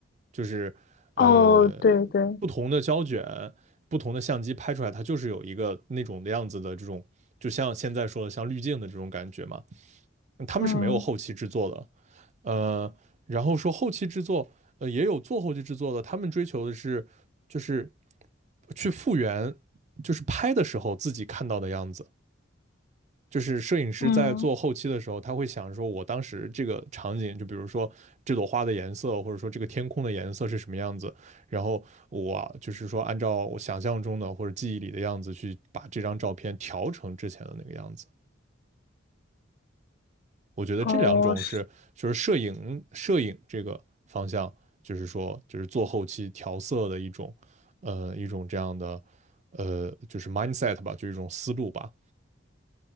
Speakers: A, on the right (about 35°); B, on the left (about 50°).
A: 就是呃
B: 哦，对对。
A: 不同的胶卷、不同的相机拍出来，它就是有一个那种的样子的这种，就像现在说的像滤镜的这种感觉嘛。他们是没有后期制作的，
B: 嗯
A: 呃，然后说后期制作，呃，也有做后期制作的，他们追求的是就是去复原，就是拍的时候自己看到的样子。就是摄影师在做后期的时候，
B: 嗯，
A: 他会想说，我当时这个场景，就比如说这朵花的颜色，或者说这个天空的颜色是什么样子，然后我啊就是说按照我想象中的或者记忆里的样子去把这张照片调成之前的那个样子。我觉得这两种是就是摄影摄影这个方向，
B: 哦是
A: 就是说就是做后期调色的一种呃一种这样的呃就是 mindset 吧，就是一种思路吧。